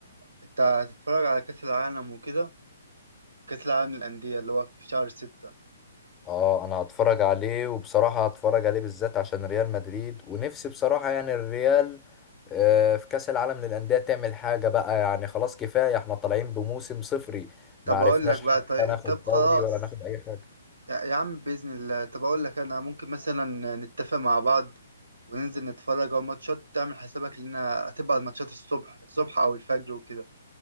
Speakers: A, on the right (about 85°); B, on the left (about 20°).
A: انت هتتفرج على كاس العالم وكده كاس العالم للانديه اللي هو في شهر ستة
B: اه انا هتفرج عليه وبصراحة هتفرج عليه بالذات عشان ريال مدريد ونفسي بصراحة يعني الريال آه، في كأس العالم للأندية تعمل حاجة بقى يعني خلاص كفاية احنا طالعين بموسم صفري
A: طب
B: ما عرفناش
A: اقول لك بقى
B: حتى
A: طيب
B: ناخد
A: طب
B: دوري
A: خلاص
B: ولا ناخد أي حاجة
A: يا يا عم باذن الله طب اقول لك انا ممكن مثلا نتفق مع بعض وننزل نتفرج على الماتشات تعمل حسابك لنا هتبقى الماتشات الصبح الصبح او الفجر وكده